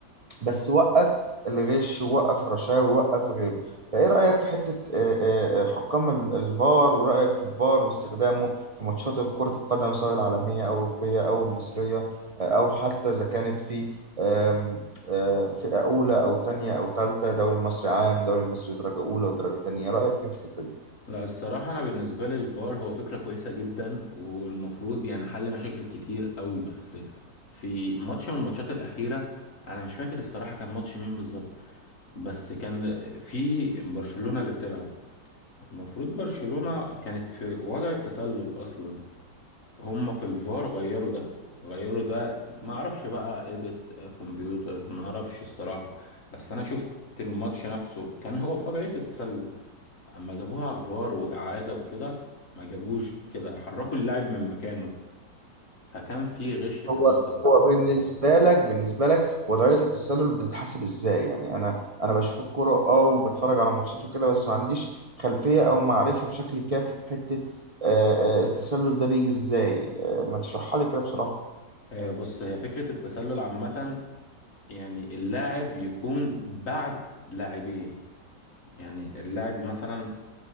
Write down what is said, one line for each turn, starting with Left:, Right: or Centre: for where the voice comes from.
Right: بس وقف الغش ووقف الرشاوي ووقف غيره فايه رأيك في حتة آه، آه، آه، حكام ال- الفار ورأيك في الفار واستخدامه في ماتشات كرة القدم سواء العالمية أو الأوروبية أو المصرية آه، أو حتى إذا كانت في آم، آه، فئة أولى أو تانية أو تالتة دوري المصري عام دوري المصري درجة أولى ودرجة تانية رأيك إيه في الحتة دي؟
Left: لا الصراحة أنا بالنسبة لي الفار هو فكرة كويسة جدا والمفروض يعني حل مشاكل كتير قوي بس في ماتش من الماتشات الأخيرة أنا مش فاكر الصراحة كان ماتش مين بالظبط بس كان في برشلونة اللي بتلعب المفروض برشلونة كانت في وضع التسلل أصلا هما في الفار غيروا ده غيروا ده معرفش بقى إيديت كمبيوتر معرفش الصراحة بس أنا شفت الماتش نفسه كان هو في وضعية التسلل اما جابوها على الفار واعاده وكده ما جابوش كده حركوا اللاعب من مكانه فكان في غش في
Right: هو
Left: النقطه دي
Right: هو بالنسبة لك بالنسبة لك وضعية التسلل بتتحسب ازاي؟ يعني انا انا بشوف الكرة اه وبتفرج على ماتشات وكده بس ما عنديش خلفية او معرفة بشكل كافي بحتة آه، آه، التسلل ده بيجي ازاي؟ آه، ما تشرحها لي كده بسرعة.
Left: آه، بص هي فكره التسلل عامه يعني اللاعب يكون بعد لاعبين يعني اللاعب مثلا